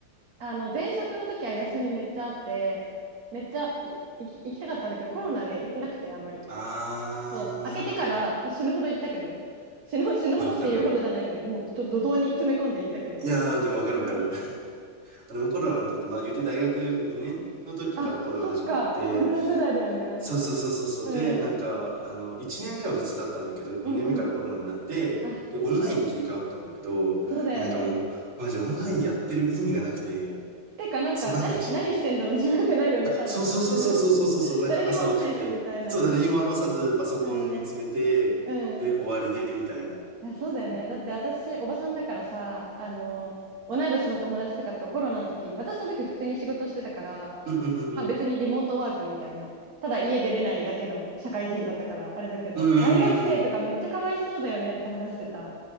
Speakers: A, on the right; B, on the right.
A: あの、前職の時は休みめっちゃあって、めっちゃい行き、行きたかったんだけど、コロナで行ってなくて、あんまり。
B: あー、
A: そう、開けてから死ぬほど行ったけど、
B: なるほど。
A: 死ぬ、死ぬほどっていうほどじゃないけど、
B: いやわかるわかる。
A: もうちょっと怒涛に詰め込んで行ったけど。
B: いやー、でもわかるわかる。
A: そうそう
B: <laughs> 俺もコロナの時、まあ言うて大学2年の時からコロナ始まって、
A: あ、そっか、コロナ世代だよね。
B: そうそうそうそうそう。
A: うん、
B: で、なんか、あの、1年目は普通だったんだけど、2年目からコロナになって、
A: うんうん。あ、
B: で、オンラインに切り替わったんだけど、
A: そうだよね。
B: えなんかもう、マジオンラインやってる意味がなくて、
A: てか、なんか、
B: つまんないし。
A: 何、何してんだろう、自分ってなるよね、多分。
B: そうそうそうそうそうそうそうなんか朝起きて、
A: うん誰にも会わないし、みたいな。
B: そう、誰にも合わさずパソコン見つめて、
A: うん、うん。
B: で、終わりで、みたいな。
A: いやそうだよねだって私おばさんだからさあの同い年の友達とかとコロナの時に私その時普通に仕事してたから、
B: うんうんうんうん。
A: まあ、別にリモートワークみたいなただ家出れないだけの社会人だったからあれだけど大学生とかめっちゃかわいそうだよねって話してた
B: うんうんうんうん。